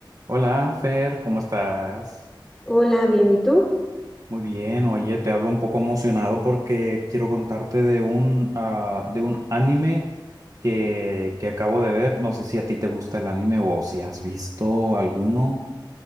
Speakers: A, on the right (about 45°); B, in the centre.
A: Hola, Fer, ¿cómo estás?
B: Hola, bien, ¿y tú?
A: Muy bien, oye, te hablo un poco emocionado porque quiero contarte de un, ah, de un anime que, que acabo de ver. No sé si a ti te gusta el anime o si has visto alguno.